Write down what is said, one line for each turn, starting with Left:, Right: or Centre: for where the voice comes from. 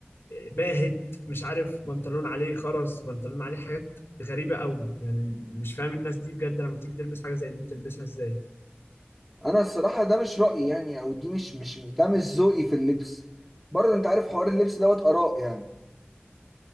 Left: باهت مش عارف بنطلون عليه خرز بنطلون عليه حاجات غريبة قوي يعني مش فاهم الناس دي بجد لما بتيجي تلبس حاجة زي دي بتلبسها ازاي
Centre: انا الصراحه ده مش رايي يعني او دي مش مش ده مش ذوقي في اللبس برضه انت عارف حوار اللبس دوت اراء يعني